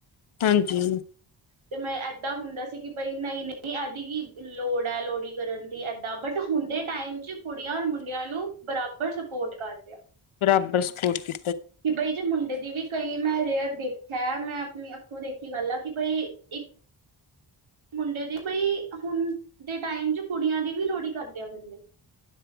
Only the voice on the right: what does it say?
ਤੇ ਮੈਂ ਏਦਾਂ ਹੁੰਦਾ ਸੀ ਕੀ ਬਈ ਨਈ-ਨਈ ਐਡੀ ਕੀ ਲੋੜ ਐ ਲੋਹੜੀ ਕਰਨ ਦੀ ਏਦਾਂ ਬਟ ਹੁਣ ਟਾਈਮ ਚ ਕੁੜੀਆਂ ਔਰ ਮੁੰਡਿਆਂ ਨੂੰ ਬਰਾਬਰ ਸਪੋਰਟ ਕਰ ਰਿਆ।
ਕੀ ਬਈ ਜੇ ਮੁੰਡੇ ਦੀ ਵੀ ਕਈ ਮੈਂ ਰੇਅਰ ਦੇਖਿਆ ਮੈਂ ਆਪਣੀ ਅੱਖੋਂ ਦੇਖੀ ਗੱਲ ਆ ਕੀ ਬਈ ਇੱ ਮੁੰਡੇ ਦੀ ਬਈ ਹੁਣ ਦੇ ਟਾਈਮ ਚ ਕੁੜੀਆਂ ਦੀ ਵੀ ਲੋਹੜੀ ਕਰਦੇ ਆ ਬੰਦੇ।